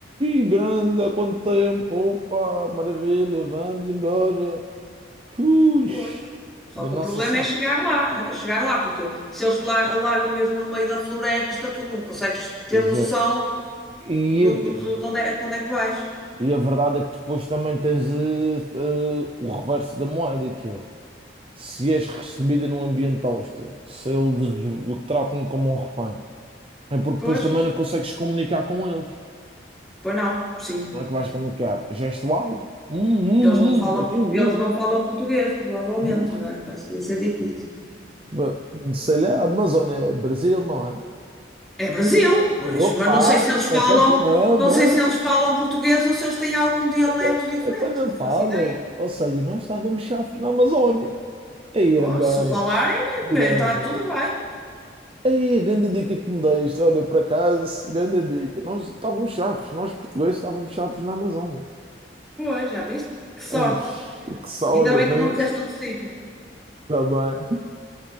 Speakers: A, on the right; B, in the centre.
A: e grande, há quanto tempo? Opa, maravilha, vamos embora. Ux,
B: pois. Só
A: da
B: que
A: nossa
B: o problema
A: SAF.
B: é chegar lá, é chegar lá, porque se eles te lar- largam mesmo no meio da floresta, tu não consegues ter
A: Pois
B: noção
A: é. E,
B: do,
A: a
B: do- de onde é, para onde é que vais.
A: e a verdade é que depois também tens eh, eh, o reverso da moeda, que é se és recebida num ambiente hostil, se eles o tratam como um refém É porque
B: Pois,
A: depois também não consegues comunicar com eles.
B: pois não, sim.
A: Não é que vais comunicar gestual? Hum,
B: Eles não falam,
A: hum, hum, aqui,
B: por-
A: hum,
B: eles não falam português, provavelmente,
A: hum.
B: não é? Vai ser ia ser difícil.
A: Ba- Sei lá, Amazônia, Brasil, não é?
B: É Brasil, pois,
A: Opa,
B: mas não sei se eles
A: até
B: falam,
A: não,
B: não
A: não,
B: sei se eles falam português ou se eles têm algum dialeto
A: até,
B: diferente,
A: até não
B: não
A: falam.
B: faço ideia.
A: Ou seja, nós estávamos chaves na Amazônia. Aí
B: Oh,
A: é bem
B: se falarem,
A: grande.
B: está tudo bem.
A: Aí a grande dica que me deste, olha, por acaso, grande dica. Nós estávamos chaves, nós portugueses estávamos chaves na Amazônia.
B: Pois, já viste? Que sorte.
A: Ei, que só,
B: Ainda
A: olha,
B: bem
A: mas...
B: que não disseste outro sítio.
A: Tá bem.